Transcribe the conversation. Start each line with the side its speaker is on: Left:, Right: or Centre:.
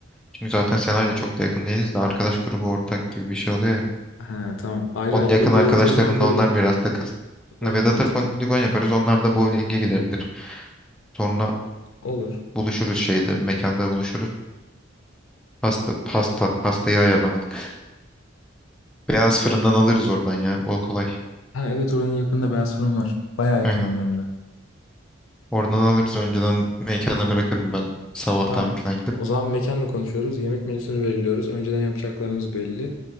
Centre: Çünkü zaten Sena'yla çok da yakın değiliz de arkadaş grubu ortak gibi bir şey oluyor ya.
Left: Ha tamam. Ayrı
Centre: Onun
Left: ayrı
Centre: yakın
Left: olur.
Centre: arkadaşlarında
Left: Vedat o zaman poligon.
Centre: onlar biraz takılsın.
Left: Olur
Centre: Hani Vedat'a
Left: mantıklı.
Centre: poligon yaparız. Onlar da bowling'e gidebilir. Sonra
Left: Olur.
Centre: buluşuruz şeyde. Mekanda buluşuruz. Pasta, pasta. Pastayı ayarlamadık. Beyaz fırından alırız oradan ya. O kolay.
Left: Ha evet oranın yakında beyaz fırın var. Bayağı yakınında
Centre: Aynen.
Left: hem de.
Centre: Oradan alırız. Önceden mekana bırakırım ben. Sabahtan
Left: Tamam.
Centre: falan gidip.
Left: O zaman mekanla konuşuyoruz. Yemek menüsünü belirliyoruz. Önceden yapacaklarımız belli.